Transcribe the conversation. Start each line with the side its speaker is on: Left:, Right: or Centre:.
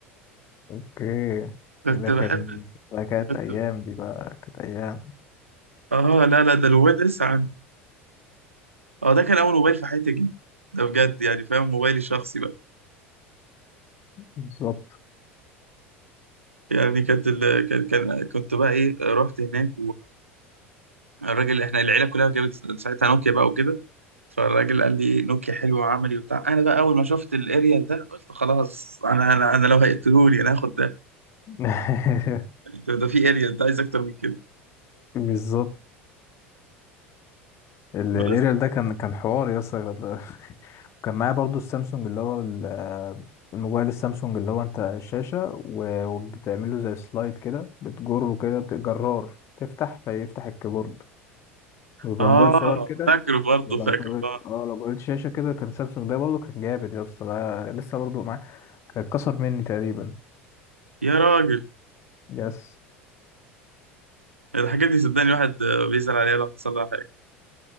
Left: اوكي
Right: كنت
Left: ده
Right: بحب
Left: كان ده كانت
Right: كنت
Left: ايام دي بقى كانت ايام
Right: اه لا لا ده الموبايل ده لسه عندي اه ده كان اول موبايل في حياتي جدا ده بجد يعني فاهم موبايلي الشخصي بقى
Left: بالظبط
Right: يعني كانت ال... كان كان كنت بقى ايه رحت هناك والراجل احنا العيله كلها جابت ساعتها نوكيا بقى وكده فالراجل قال لي إيه، نوكيا حلوه وعملي وبتاع انا بقى اول ما شفت الاريال ده قلت خلاص انا انا انا لو هيقتلوني انا هاخد ده
Left: <laughs>
Right: يعني ده في اريال ده عايز اكتر من كده
Left: بالظبط ال-
Right: بس
Left: الاريال ده كان كان حوار يا اسطى ال- <laughs> وكان معايا برضو السامسونج اللي هو ال- الموبايل السامسونج اللي هو انت الشاشة و- وبتعمله زي سلايد كده بتجره كده بت- جرار تفتح فيفتح الكيبورد وبيبقى
Right: اه
Left: موبايل صغير كده
Right: فاكره برضه
Left: ولو
Right: فاكره
Left: جريت
Right: اه
Left: اه لو جريت شاشة كده كان سامسونج ده برضو كان جامد يا اسطى ده لسه برضو معايا كان اتكسر مني تقريبا
Right: يا راجل
Left: يس
Right: الحاجات دي صدقني الواحد آه، بيزعل عليها لو حصل لها حاجه